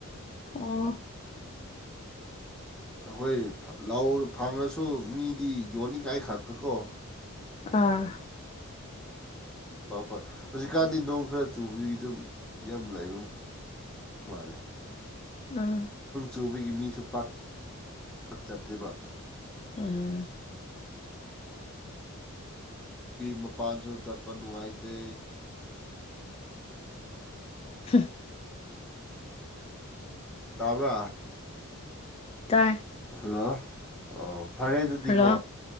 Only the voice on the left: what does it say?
ꯑꯣ
ꯑꯥ
ꯑꯥ
ꯎꯝ
ꯍ
ꯇꯥꯏ
ꯍꯜꯂꯣ